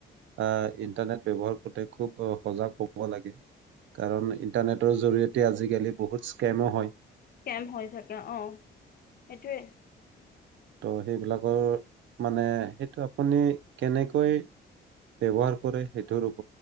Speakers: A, on the right; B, on the left.
A: আ ইণ্টাৰনেট ব্যৱহাৰ কৰোতে খুব সজাগ হব লাগে, কাৰণ ইণ্টাৰনেটৰ জৰিয়তে আজিকালি বহুত স্কেমো হয়।
B: স্কেম হৈ থাকে অঁ, সেইটোৱে।
A: ত সেইবিলাকৰ মানে সেইটো আপুনি কেনেকৈ ব্যৱহাৰ কৰে, সেইটোৰ ওপ